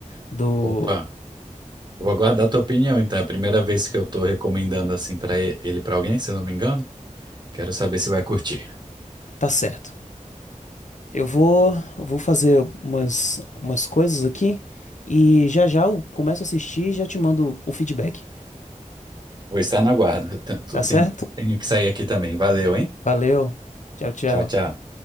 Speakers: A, on the left; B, on the right.
A: do
B: Opa, vou aguardar a tua opinião, então. É a primeira vez que eu tô recomendando assim pra e- ele pra alguém, se eu não me engano. Quero saber se vai curtir.
A: tá certo. Eu vou vou fazer umas umas coisas aqui e já já eu começo a assistir e já te mando o feedback.
B: Vou estar na guarda. Eu te- tu
A: Tá
B: tem-
A: certo?
B: Tenho que sair aqui também. Valeu, hein?
A: Valeu. Tchau, tchau.
B: Tchau, tchau.